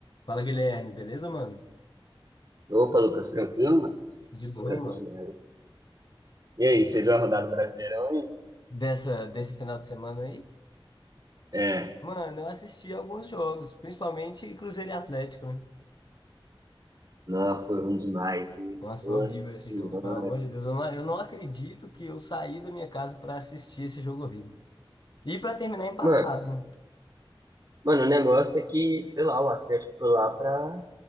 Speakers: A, on the left; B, on the right.
A: Fala, Guilherme, beleza, mano?
B: Opa, Lucas, tranquilo, mano?
A: De boa,
B: Tranquilo,
A: mano.
B: mano. E aí, você viu a rodada do Brasileirão aí?
A: Dessa, desse final de semana aí,
B: É.
A: mano, eu assisti alguns jogos, principalmente Cruzeiro e Atlético, né?
B: Nossa, foi ruim demais, hein?
A: Nossa,
B: Nossa
A: foi horrível
B: senhora.
A: esse jogo, pelo amor de Deus. Eu não, eu não acredito que eu saí da minha casa pra assistir esse jogo horrível. E pra terminar empatado,
B: Mano,
A: né?
B: mano, o negócio é que, sei lá, o Atlético foi lá pra,